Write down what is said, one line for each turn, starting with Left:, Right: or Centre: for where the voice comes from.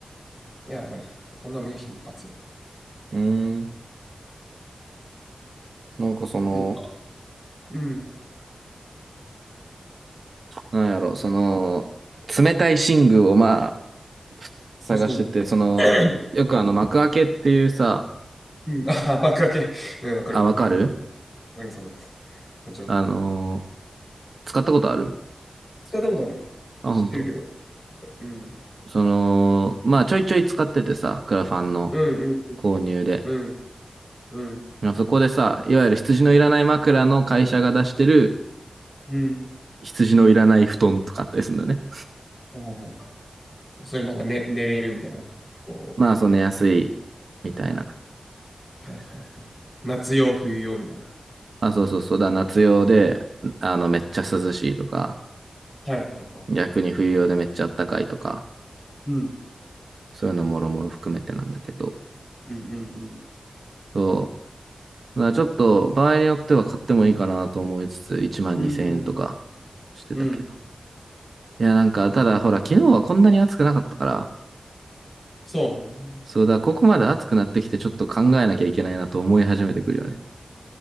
Left: いや、まあねそんな無比で一発よ。
Right: うーん。なんかその、
Left: うん、うん、
Right: なんやろ、その、冷たい寝具をまあ、探してて、
Left: 欲しいなって。
Right: その、
Left: <coughs>
Right: よくあの、
Left: うん、
Right: 幕開けっていうさ、
Left: うん、ああ、爆開け。うん、わかるよ。
Right: あ、わかる
Left: うん、わかります、わかります。もちろん。
Right: あのー使ったことある
Left: 使ったことはない。
Right: あ、
Left: 知ってるけど。
Right: 本当。
Left: うん、
Right: その、まあちょいちょい使っててさ、クラファンの
Left: うん、うん、
Right: 購入で。
Left: うん、うん、
Right: まあそこでさ、いわゆる羊のいらない枕の会社が出してる
Left: うん。
Right: 羊のいらない布団とかあったりするんだよね。
Left: はいはいはいそれなんか、ね、寝れるみたいな。こう、
Right: まあそう寝やすいみたいな。
Left: はいはいはい。夏用、冬用みたいな。
Right: あ、そうそうそうだ、夏用で、あの、めっちゃ涼しいとか、
Left: はいはいはい。
Right: 逆に冬用でめっちゃ暖かいとか、
Left: うん。
Right: そういうのもろもろ含めてなんだけど、
Left: うんうん
Right: そう。だからちょっと場合によっては買ってもいいかなと思いつつ、1万2000円とか
Left: うん。うんうん。
Right: してたけど。
Left: うん。
Right: いや、なんか、ただ、ほら、昨日はこんなに暑くなかったから、
Left: そうね。も
Right: そうだ、ここまで暑くなってきて、ちょっと考えなきゃいけないなと思い始めてくるよね。